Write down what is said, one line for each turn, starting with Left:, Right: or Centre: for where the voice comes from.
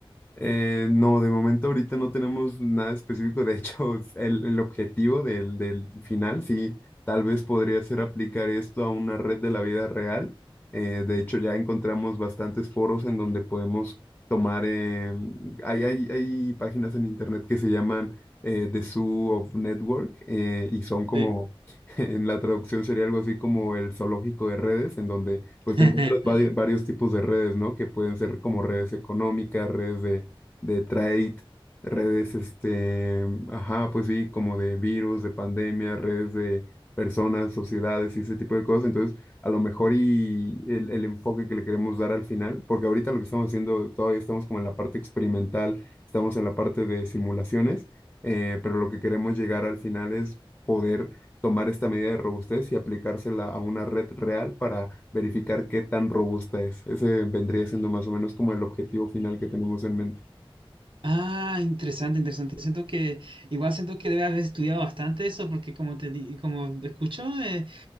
Left: Eh, no, de momento ahorita no tenemos nada específico. De hecho, <laughs> el, el objetivo del, del final, sí, tal vez podría ser aplicar esto a una red de la vida real. Eh, de hecho, ya encontramos bastantes foros en donde podemos tomar, eh, hay, hay, hay páginas en internet que se llaman eh, The Zoo of Network eh, y son como,
Right: Sí.
Left: <laughs> en la traducción sería algo así como el zoológico de redes, en donde pues
Right: <laughs>
Left: te encuentras vari- varios tipos de redes, ¿no? Que pueden ser como redes económicas, redes de de trade, redes, este, ajá, pues sí, como de virus, de pandemia, redes de personas, sociedades y ese tipo de cosas. Entonces, a lo mejor y el, el enfoque que le queremos dar al final, porque ahorita lo que estamos haciendo, todavía estamos como en la parte experimental, estamos en la parte de simulaciones, eh, pero lo que queremos llegar al final es poder tomar esta medida de robustez y aplicársela a una red real para verificar qué tan robusta es. Ese vendría siendo más o menos como el objetivo final que tenemos en mente.
Right: Ah, interesante, interesante. Siento que, igual siento que debe haber estudiado bastante eso, porque como te di- como escucho, eh,